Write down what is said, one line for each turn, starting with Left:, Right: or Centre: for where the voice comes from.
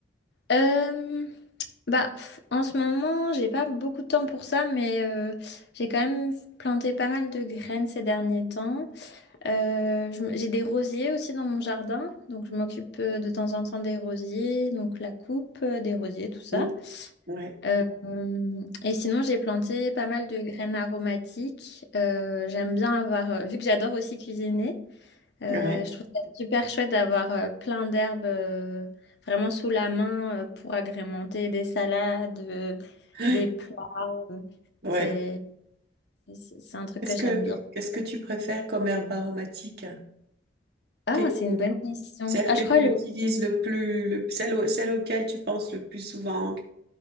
Left: Euh, bah, pff, en ce moment, j'ai pas beaucoup de temps pour ça, mais euh, j'ai quand même planté pas mal de graines ces derniers temps. Euh, je m- j'ai des rosiers aussi dans mon jardin, donc je m'occupe euh, de temps en temps des rosiers, donc la coupe euh, des rosiers, tout ça.
Right: Mm. Ouais,
Left: Euh, euh, et sinon, j'ai planté pas mal de graines aromatiques. Euh, j'aime bien avoir, euh, vu que j'adore aussi cuisiner, euh,
Right: ouais,
Left: je trouve ça super chouette d'avoir euh, plein d'herbes euh, vraiment sous la main euh, pour agrémenter des salades, euh,
Right: <gasps>
Left: des plats. euh,
Right: ouais.
Left: c'est, c'est c'est un truc
Right: Qu'est-ce
Left: que j'aime
Right: que,
Left: bien.
Right: qu'est-ce que tu préfères comme herbe aromatique?
Left: Ah,
Right: T'es-
Left: c'est une bonne question.
Right: celle
Left: Ah,
Right: que
Left: je
Right: tu
Left: crois le,
Right: utilises le plus, le, celle, au- celle auquel tu penses le plus souvent.